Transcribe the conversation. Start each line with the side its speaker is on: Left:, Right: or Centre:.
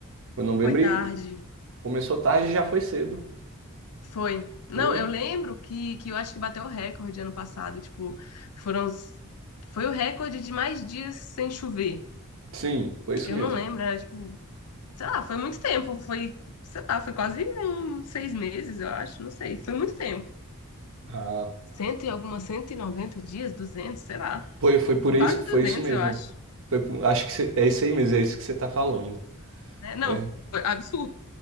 Right: Foi novembro
Left: Foi tarde.
Right: e Começou tarde e já foi cedo.
Left: Foi. Não,
Right: Foi.
Left: eu lembro que, que eu acho que bateu o recorde ano passado. Tipo, foram. os- Foi o recorde de mais dias sem chover.
Right: Sim, foi isso
Left: Eu
Right: mesmo.
Left: não lembro, era tipo. Sei lá, foi muito tempo. Foi, sei lá, foi quase uns seis meses, eu acho. Não sei. Foi muito tempo.
Right: Ah,
Left: Cento e algumas noventa dias, duzentos sei lá.
Right: foi, foi por
Left: Quase
Right: isso, foi
Left: duzentos
Right: isso mesmo.
Left: eu acho.
Right: Foi por- acho que cê- é isso aí mesmo, é isso que você tá falando.
Left: né? Não,
Right: É,
Left: foi absurdo.